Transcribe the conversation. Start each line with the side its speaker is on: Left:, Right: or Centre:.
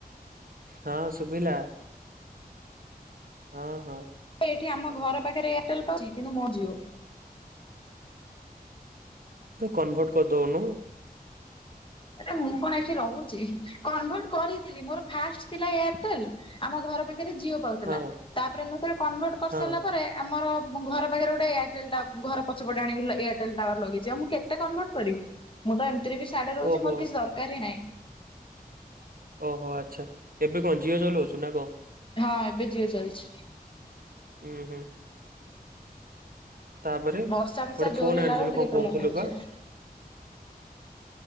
Right: ହଁ ଶୁଭିଲା। ହଁ ହଁ
Left: ଏଠି ଆମ ଘର ପାଖରେ ଏୟାରଟେଲ ପାଉଛି କିନ୍ତୁ ମୋ ଜିଓ
Right: ତ କନଭର୍ଟ କରିଦଉନୁ।
Left: ଆରେ ମୁଁ କଣ ଏଠି ରହୁଛି କନଭର୍ଟ କରିଥିଲି ମୋର ଫାଷ୍ଟ ଥିଲା ଏୟାରଟେଲ। ଆମ ଘର ପାଖରେ ଜିଓ ପାଉଥିଲା
Right: ହଁ
Left: ତାପରେ ମୁଁ ତ କନଭର୍ଟ କରିସାରିଲା
Right: ହଁ
Left: ପରେ ଆମର ମୋ ଘର ପାଖରେ ଗୋଟେ ଏୟାରଟେଲ ଟ ଘର ପଛପଟେ ଆଣିକି ଏୟାରଟେଲ ଟାୱାର ଲଗେଇଛି ଆ ମୁଁ କେତେ କନଭର୍ଟ କରିବି। ମୁଁ ତ ଏମିତି ସାଢେ ରହୁଛି
Right: ଓହୋ
Left: ମୋର କିଛି ଦରକାର ହି ନାହିଁ।
Right: ଓହୋ ଆଚ୍ଛା ଏବେ କଣ ଝିଅ ଚଲଉଛୁ ନା କଣ?
Left: ହଁ ଏବେ ଜିଓ ଚାଲିଛି।
Right: ହୁଁ ହୁଁ। ତାପରେ
Left: ବର୍ଷା
Right: ଗୋଟେ
Left: ଫର୍ଷା ଜୋର
Right: ଫୋନ
Left: ହେଲା
Right: ଆଣିଥିଲୁ
Left: ବେଳକୁ ଟିକେ
Right: କଣ
Left: ପ୍ରୋବ୍ଲେମ
Right: କହୁଥିଲୁ
Left: ହଉଛି।
Right: ପା।